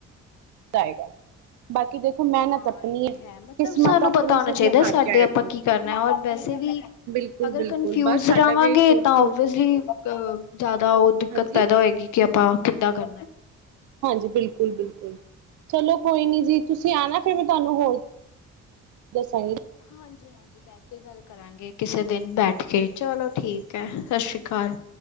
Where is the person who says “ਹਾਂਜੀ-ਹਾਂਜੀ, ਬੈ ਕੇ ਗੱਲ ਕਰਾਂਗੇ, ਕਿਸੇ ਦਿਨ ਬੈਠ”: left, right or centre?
Left